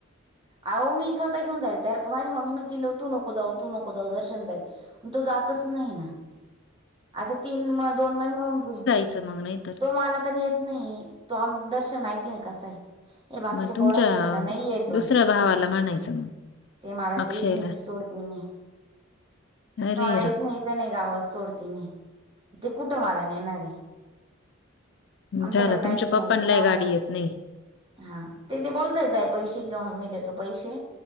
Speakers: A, on the right (about 25°); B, on the left (about 55°).
A: आहो मी स्वः घेऊन जाईल त्या तर माझी मामी म्हण तू नको जाऊ तू नको जाऊ दर्शन जाईल तो जातच नाही ना आता तीन महिने दोन महिने होऊन गे
B: चल मग नाही तर
A: तो मला तर नेत नाही तो दर्शन माहितीय ना कसा आहे हे बाकीच्या
B: मग तुमच्या
A: पोरांसारखा नाही आहे तो
B: दुसऱ्या भावाला म्हणायचं मग
A: ते मला
B: अक्षयला
A: ते इथून इथं सोडते मी
B: घरे
A: इथं ना इथं गावात सोडते नाही ते कुठं मला न येणार आहे आमच्याकडें
B: झालं
A: काहीचं
B: तुमच्या पप्पांलाही
A: नाही तुम्हाला
B: गाडी
A: जाई
B: येत नाही
A: हा ते बोलताय आहे पैसे घेऊन मी देतो पैसे